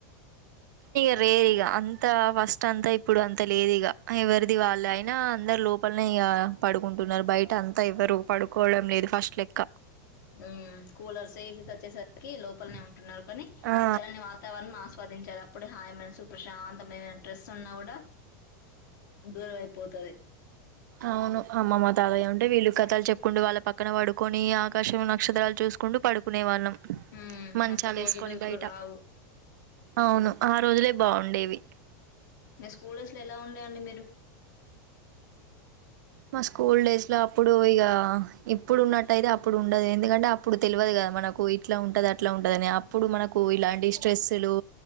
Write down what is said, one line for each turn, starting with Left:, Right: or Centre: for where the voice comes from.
Right: లేదు ఇగ అంత ఫస్ట్ అంత ఇప్పుడు అంతా లేదు ఇక ఎవరిది వాళ్ళు అయినా అందరు లోపలనే ఇక పడుకుంటున్నారు బయట అంతా ఎవరు పడుకోవడం లేదు ఫస్ట్ లెక్క
Left: ఉమ్ కూలర్స్ ఏసి తెచ్చేసరికి లోపలనే ఉంట పడుకుంటున్నారు కానీ
Right: ఆ
Left: చల్లని వాతావరణం ఆస్వాదించడం అప్పుడే హాయ్ మనసు ప్రశాంతమైన ట్రే ఉన్న కూడా దూరం అయిపోతది
Right: అవును అమ్మమ్మ తాతయ్య ఉంటే వీళ్ళు కథలు చెప్పుకుంటూ వాళ్ళ పక్కన పడుకొని ఆకాశం నక్షత్రాలు చూసుకుంటూ పడుకునే వాళ్ళం
Left: ఊమ్
Right: మంచాలు
Left: అప్పటి రోజులు
Right: వేసుకొని
Left: ఇప్పుడు
Right: బయట
Left: రావు
Right: అవును ఆ రోజులే బాగుండేవి
Left: మీ స్కూల్ డేస్ ఎలా ఉండేయండి మీరు
Right: మా స్కూల్ డేస్ లో అప్పుడు ఇక ఇప్పుడు ఉన్నట్టయితే అప్పుడు ఉండదు ఎందుకంటే అప్పుడు తెలవదు కదా మనకు మనకు ఇట్లా ఉంటది అట్లా ఉంటాదని అప్పుడు మనకు ఇలాంటి స్ట్రెస్సులు